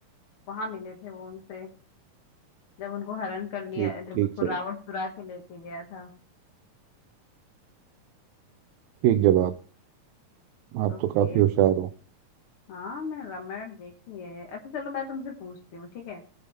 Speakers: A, on the left; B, on the right.
A: वहां मिले थे वो उनसे जब उनको हरण कर लिया
B: ठीक
A: जब
B: ठीक
A: उसको
B: सर
A: रावण चुरा के लेके गया था
B: ठीक जवाब आप
A: ओके
B: तो काफी होशियार हो
A: हाँ मैं रामायण देखी है अच्छा चलो मैं तुमसे पूछती हूँ ठीक है